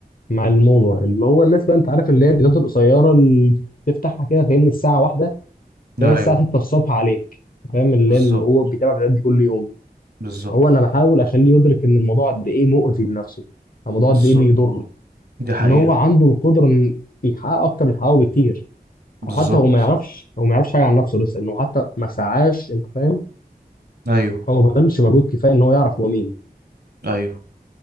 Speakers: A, on the left; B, on the right.
A: مع الموضة اللي هو الناس بقى انت عارف اللي هي الفيديوهات القصيرة اللي تفتحها كده فاهمني الساعة واحدة تلاقي
B: ايوه
A: الساعة 6 الصبح عليك فاهم اللي
B: بالظبط
A: هو بيتابع الفيديوهات دي كل يوم
B: بالظبط
A: هو انا بحاول اخليه يدرك ان الموضوع قد ايه مؤذي لنفسه الموضوع
B: بالظبط
A: قد ايه بيضره
B: دي حقيقة
A: ان هو عنده القدره ان يحقق اكتر من حققه بكتير
B: بالظبط
A: او حتى هو ما يعرفش هو ما يعرفش حاجه عن نفسه لسه انه حتى ما سعاش انت فاهم
B: ايوه
A: هو ما بذلش مجهود كفايه ان هو يعرف هو مين
B: ايوه